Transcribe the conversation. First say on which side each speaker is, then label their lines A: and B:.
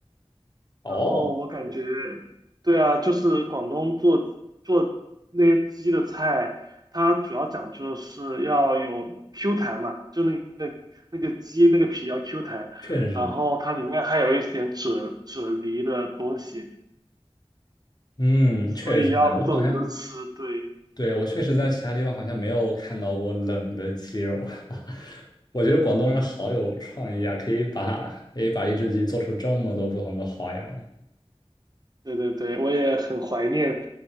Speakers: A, on the left (about 40°); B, on the right (about 40°).
A: 哦，
B: 然后我感觉，对啊，就是广东做做那些鸡的菜，它主要讲究的是要有 Q 弹嘛，就那个那个鸡那个皮要 Q 弹，
A: 确实是。
B: 然后它里面还有一点啫啫喱的东西，
A: 嗯，
B: 所以要冷着吃。
A: 确实是这样。我好像，
B: 对，
A: 对，我确实在其他地方好像没有看到过冷的鸡肉。<laughs> 我觉得广东人好有创意啊，
B: 嗯，
A: 可以把可以把一只鸡做出这么多不同的花样
B: 对对对，我也很怀念